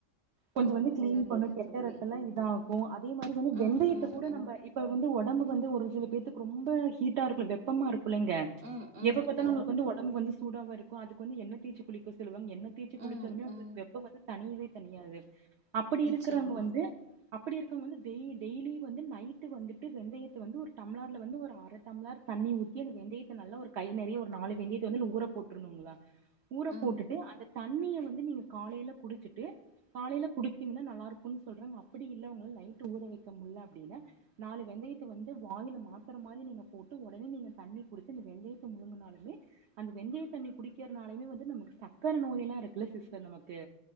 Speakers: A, on the right; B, on the right.
A: கொஞ்சோ
B: ஓ
A: வந்து கிளீன்
B: சரிங்க
A: பண்ணு கெட்ட
B: தோழி
A: ரத்தோலா இதா ஆகோ அதே மாதிரி வந்து வெந்தயத்த
B: ம் ம்
A: கூட
B: ம்
A: நம்ப இப்ப வந்து ஒடம்பு வந்து ஒரு சில பேத்துக்கு ரொம்ப ஹீட்டா இருக்குல வெப்பமா இருக்குலைங்க
B: ம் ம்
A: எப்ப பாத்தாலு
B: ம்
A: உங்குளுக்கு வந்து ஒடம்பு வந்து சூடாவே இருக்கோ அதுக்கு வந்து எண்ணெ தேச்சு குளிக்க சொல்லுவாங்க எண்ணெ தேச்சு குளிச்சாலுமே
B: ம்
A: அவுங்குளுக்கு
B: ம்
A: வெப்பம் வந்து தனியவே தனியாது அப்டி
B: நிச்சயமா
A: இருக்கறவங்க வந்து அப்டி இருக்கவங்க வந்து டெய் டெய்லி வந்து நைட்டு வந்துட்டு வெந்தயத்த வந்து ஒரு டம்பளர்ல வந்து ஒரு அர டம்ளர் தண்ணி ஊ இப்பயே அந்த வெந்தயத்த நல்லா ஒரு கை நறையா ஒரு நாலு வெந்தயத்த வந்து ஊற போட்டுருனுங்களா ஊற
B: ம்
A: போட்டுட்டு அந்த தண்ணிய வந்து நீங்க காலைல குடிச்சுட்டு காலையில குடிச்சீங்கன்னா நல்லா இருக் கோனு சொல்றாங்க அப்டி இல்ல உங்களால நைட் ஊற வெய்க்க முடில அப்டீன்னா நாலு வெந்தயத்த வந்து வாளில மாத்தர மாரி நீங்க போட்டு ஒடனே நீங்க தண்ணி குடிச்சு இந்த வெந்தயத்த முழுங்குனாலுமே அந்த வெந்தய தண்ணி குடிக்கிறனாலுமே வந்து நமக்கு சக்கர நோய் எல்லா இருக்குல சிஸ்டர் நமக்கு